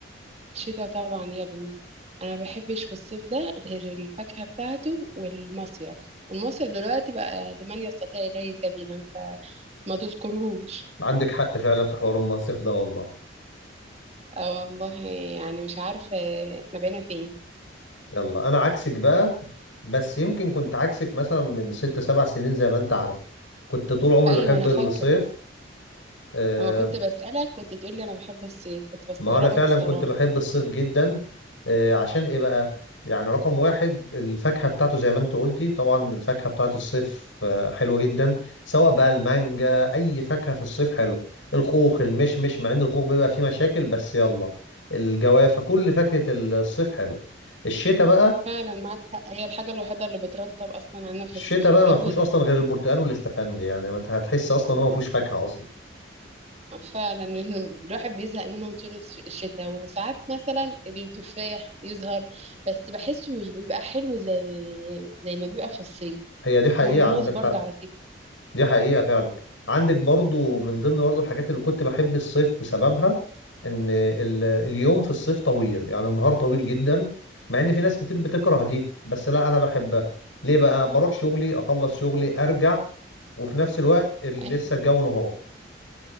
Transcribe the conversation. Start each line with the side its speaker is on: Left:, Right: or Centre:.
Right: الشتاء طبعا يا بني انا ما بحبش في الصيف ده غير الفاكهة بتاعته والمصيف والمصيف دلوقتي بقى لمن يستطيع اليه سبيلا فما تذكرهوش
Left: عندك حق فعلا في حوار المنصف ده والله
Right: آه والله يعني مش عارفة احنا بقينا فين
Left: يلا انا عكسك بقى بس يمكن كنت عكسك مثلا من ست سبع سنين زي ما انت عارف كنت طول عمري
Right: ايوه
Left: بحب
Right: انا
Left: الصيف
Right: فاكرة
Left: آه،
Right: لما كنت بسألك كنت تقول لي انا بحب الصيف كنت بستغربك
Left: ما انا فعلا
Right: الصراحة
Left: كنت بحب الصيف جدا آه، عشان ايه بقى يعني رقم واحد الفاكهة بتاعته زي ما انت قلتي طبعا الفاكهة بتاعت الصيف آه، حلوة جدا سواء بقى المانجا اي فاكهة في الصيف حلو الخوخ المشمش مع ان الخوخ بيبقى فيه مشاكل بس يلا الجوافة كل فاكهة الصيف حلو الشتاء بقى
Right: فعلا معاك حق هي الحاجة الوحيدة اللي بترطب اصلا انا في
Left: الشتاء
Right: الصيف
Left: بقى
Right: الجو
Left: ما فيهوش
Right: ده
Left: اصلا غير البرتقال والاستفندي يعني ما هتحس اصلا هو ما فيهوش فاكهة اصلا
Right: فعلا انه الواحد بيزهق منهم طول الش- الشتاء وساعات مثلا التفاح يظهر بس بحسه مش بيبقى حلو زي زي ما بيبقى في الصيف
Left: هي دي حقيقة
Right: والموز
Left: عندك
Right: برضه
Left: حق
Right: على فكرة
Left: دي حقيقة فعلا عندك برضو من ضمن برضو الحاجات اللي كنت بحب الصيف بسببها ان ال- اليوم في الصيف طويل يعني النهار طويل جدا مع ان في ناس كتير بتكره دي بس لا انا بحبها ليه بقى بروح شغلي اخلص شغلي ارجع وفي نفس الوقت ال-
Right: ايوه
Left: لسه الجو نهار